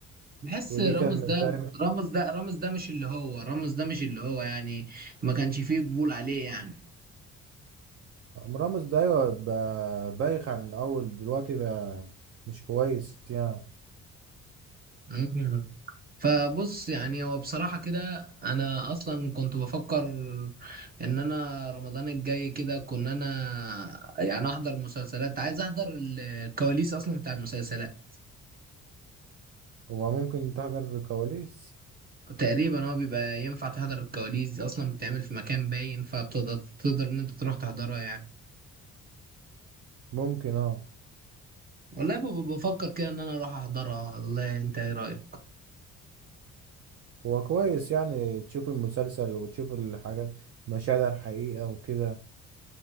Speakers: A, on the right (about 30°); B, on the right (about 50°).
A: بحس
B: ودي
A: رامز
B: كان
A: ده
B: تعرف
A: رامز ده رامز ده مش اللي هو رامز ده مش اللي هو يعني ما كانش فيه قبول عليه يعني
B: راموس ده أيوة بقى بايخ عن الأول دلوقتي بقى مش كويس يعني
A: مم. فبص يعني هو بصراحة كده أنا أصلا كنت بفكر إن أنا رمضان الجاي كده كنا أنا يعني أحضر مسلسلات عايز أحضر الكواليس أصلا بتاع المسلسلات
B: هو ممكن تحضر الكواليس
A: تقريبا هو بيبقى ينفع تحضر الكواليس دي أصلا بتتعمل في مكان باين فبتقدر تقدر إن أنت تروح تحضرها يعني
B: ممكن اه
A: والله ببقى بفكر كده إن أنا أروح أحضرها والله أنت إيه رأيك؟
B: هو كويس يعني تشوف المسلسل وتشوف الحاجات مشاهد على الحقيقة وكده